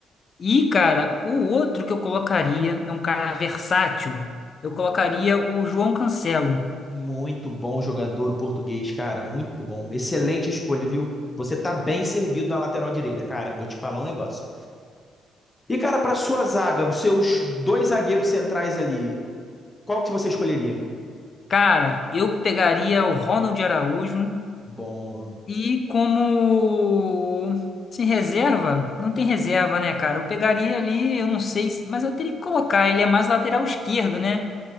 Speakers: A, on the left; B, on the left.
A: E, cara, o outro que eu colocaria é um cara versátil. Eu colocaria o João Cancelo.
B: Muito bom jogador o português, cara. Muito bom. Excelente escolha, viu? Você tá bem servido na lateral direita, cara. Vou te falar um negócio. E, cara, pra sua zaga, os seus dois zagueiros centrais ali, qual que você escolheria?
A: Cara, eu pegaria o Ronald Araújo
B: Bom,
A: E como assim, reserva, não tem reserva, né, cara? Eu pegaria ali, eu não sei, se- mas eu teria que colocar, ele é mais lateral esquerdo, né?